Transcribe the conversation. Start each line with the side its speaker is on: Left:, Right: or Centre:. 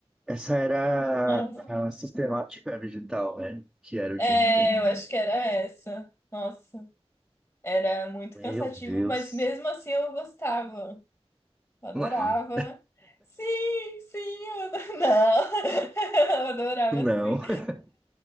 Centre: Essa era
Left: Nossa.
Centre: a sistemática digital, né? Que era o
Left: É,
Centre: dia inteiro.
Left: eu acho que era essa. Nossa. Era muito
Centre: Meu
Left: cansativo,
Centre: Deus.
Left: mas mesmo assim eu gostava. Eu Adorava.
Centre: Não,
Left: Sim, sim, eu adorava. <laughs> Não, <laughs> eu adorava
Centre: não.
Left: sim.
Centre: <laughs>